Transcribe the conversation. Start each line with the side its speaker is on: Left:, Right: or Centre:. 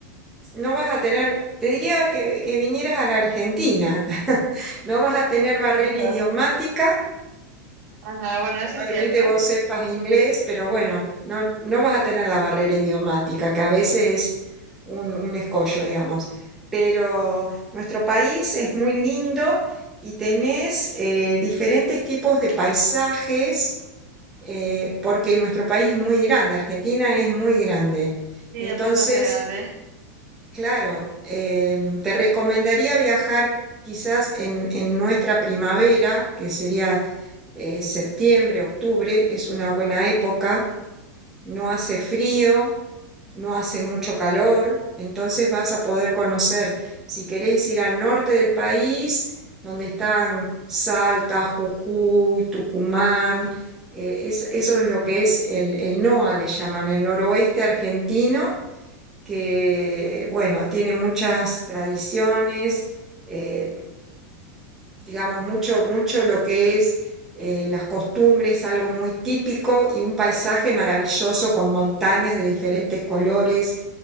Centre: No vas a tener, te diría que, que vinieras a la Argentina. <laughs> No vas a tener
Right: La
Centre: barrera
Right: primera.
Centre: idiomática.
Right: Ajá, bueno, eso
Centre: Probablemente
Right: es cierto.
Centre: vos sepas inglés, pero bueno, no, no vas a tener la barrera idiomática, que a veces es un, un escollo, digamos. Pero nuestro país es muy lindo y tenés eh, diferentes tipos de paisajes, eh, porque nuestro país es muy grande, Argentina es muy grande.
Right: Sí,
Centre: Entonces,
Right: es bastante grande.
Centre: Claro, em, te recomendaría viajar quizás en, en nuestra primavera, que sería eh, septiembre, octubre, es una buena época, no hace frío, no hace mucho calor, entonces vas a poder conocer, si querés ir al norte del país, donde están Salta, Jujuy, Tucumán, eh, es- eso es lo que es el, el NOA, le llaman, el noroeste argentino que, bueno, tiene muchas tradiciones, eh, digamos, mucho, mucho lo que es eh, las costumbres, algo muy típico y un paisaje maravilloso con montañas de diferentes colores,